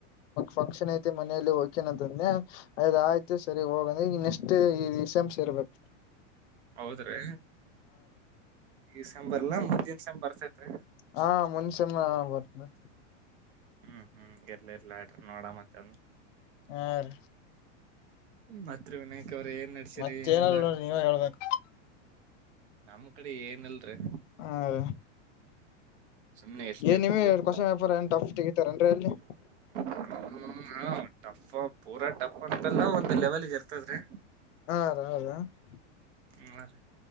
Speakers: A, on the left; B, on the right.
A: ಫಂಕ್ಷನ್ ಐತೆತ ಮನೆಯಲ್ಲಿ ಹೋಗಕಿನಂತಂದೆ. ಅಯದ್ ಆಯ್ತು ಸರಿ ಹೋಗಂದ್ರೆ ಈಗ ನೆಕ್ಸ್ಟ್ ಈಸೆಮ್ಸ್ ಇರ್ಬೇಕು.
B: ಹೌದ್ರೀ ಈ ಸಂಬರ್ಲ್ಲಾ ಮುಂದಿನಸಮ್ ಬರ್ತತ್ರಿ.
A: ಹಾ ಮುನ್ಷ್ಯನ ಬರ್ತ.
B: ಹ್ಮ್ ಹ್ಮ್ ಇರ್ಲ ಇರ್ಲಾ ಆಟ ನೋಡ ಮತ್ತ
A: ಹಾ ರಿ
B: ಮತ್ರ ವಿನಾಯಕ್ ಅವ್ರ ಏನ್ ನಡಸೀರೆ
A: ಮತ್ತೇನಲ್
B: ಏನಲ್ಲ
A: ನೋಡ್ರಿ ನೀವೇ ಹೇಳ್ಬೇಕು
B: ನಮ್ ಕಡೆ ಏನಲ್ರರಿ
A: ಹಾ ರಿ
B: ಸುಮ್ನೆ ಎಷ್ಟೇ
A: ಏನು ಇವೇ
B: ಕೂತ್
A: ಕ್ವೆಶ್ಚನ್ ವ್ಯಾಪಾರ ಏನ್ ಟಫ್ ತೆಗೀತಾರನ್ರರಿ ಅಲ್ಲಿ
B: ಹ್ಮ ಹಾ ಟಫ್ ಪೂರಾ ಟಫ್ ಅಂತಲ್ಲ ಒಂದು್ ಲೆವೆಲ್ಗೆ ಇರ್ತದ್ರಿ
A: ಹಾ <inaudible>
B: ಹ್ಮ ರೀ